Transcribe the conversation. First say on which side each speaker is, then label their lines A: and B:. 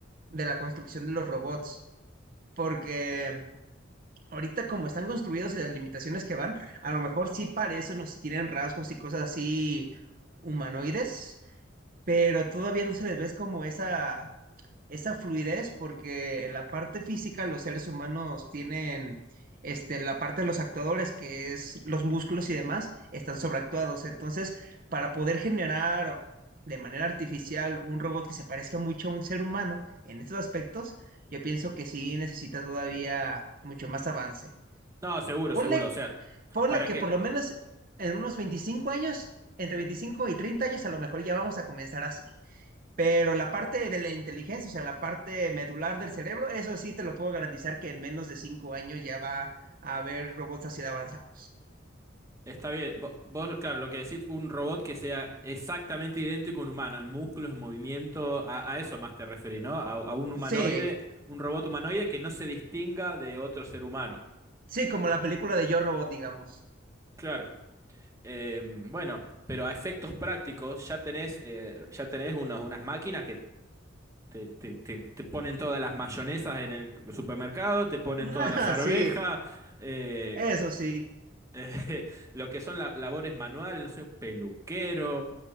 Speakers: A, on the right; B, on the right.
A: de la construcción de los robots. porque ahorita como están construidos y las limitaciones que van, a lo mejor sí parecen o sí tienen rasgos y cosas así humanoides, pero todavía no se les ve como esa esa fluidez, porque en la parte física los seres humanos tienen, este, la parte de los actuadores, que es los músculos y demás, están sobreactuados. Entonces, para poder generar de manera artificial un robot que se parezca mucho a un ser humano en estos aspectos, yo pienso que sí necesita todavía mucho más avance.
B: No, seguro,
A: Ponle,
B: seguro. O sea,
A: ponle
B: ¿para
A: que
B: qué?
A: por lo menos en unos 25 años, entre 25 y 30 años, a lo mejor ya vamos a comenzar así. Pero la parte de la inteligencia, o sea, la parte medular del cerebro, eso sí te lo puedo garantizar que en menos de cinco años ya va a haber robots así de avanzados.
B: Está bien. Vo- Vos, claro, lo que decís, un robot que sea exactamente idéntico a un humano, en músculos, en movimiento, a, a eso más te referís, ¿no? a a un humanoide,
A: Sí,
B: un robot humanoide que no se distinga de otro ser humano.
A: sí, como la película de Yo Robot, digamos. <laughs>
B: Claro. Eh, bueno, pero a efectos prácticos ya tenés, eh, ya tenés unos- unas máquinas que te, te- te- te ponen todas las mayonesas en el supermercado, te ponen
A: Ah,
B: todas las arvejas,
A: sí,
B: eh,
A: eso sí.
B: <laughs> eh, lo que son la- labores manuales, no sé, peluquero,